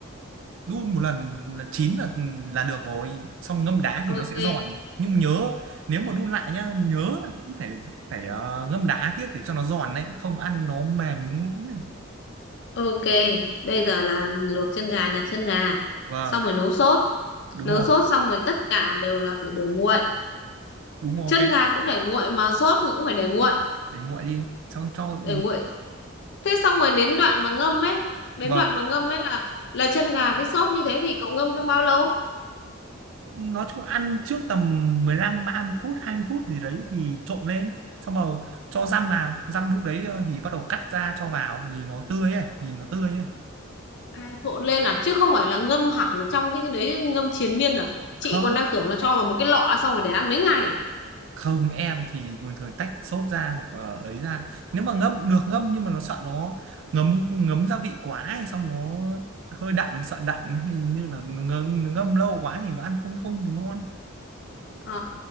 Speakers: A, on the right (about 65°); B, on the left (about 60°).
A: đun một lần là chín là là được rồi xong ngâm đá
B: Ok.
A: thì nó sẽ giòn nhưng nhớ nếu mà đun lại nhá nhớ là vẫn phải phải ờ, ngâm đá tiếp để cho nó giòn đấy không ăn nó mềm nhũn nhũn này.
B: Ok, bây giờ là luộc chân gà, nhặt chân gà,
A: vâng
B: xong rồi nấu sốt.
A: đúng
B: Nấu
A: rồi
B: sốt xong rồi tất cả đều là phải để nguội.
A: đúng rồi
B: Chân
A: ok
B: gà cũng để nguội mà sốt thì cũng phải để nguội,
A: để nguội đi xong cho
B: để nguội. Thế xong rồi đến đoạn mà ngâm ấy, đến
A: vâng
B: đoạn mà ngâm ấy là là chân gà với sốt như thế thì cậu ngâm trong bao lâu?
A: nói chung là ăn trước tầm mười lăm ba mươi phút 20 phút gì đấy thì trộn lên xong rồi cho răm vào răm lúc đấy ờ, thì bắt đầu cắt ra cho vào nhìn nó tươi ấy nhìn nó tươi ấy
B: À, trộn lên à, chứ không phải là ngâm hẳn ở trong cái đấy ngâm triền miên à. Chị
A: không
B: còn đang tưởng là cho vào một cái lọ xong rồi để ăn mấy ngày.
A: không em thì bình thường tách sốt ra hoặc là ấy ra nếu mà ngâm được ngâm nhưng mà nó sợ nó ngấm ngấm gia vị quá hay xong nó hơi đậm sợ đậm hay như là ngâm, ngâm lâu quá thì nó ăn không không thì ngon
B: Ờ.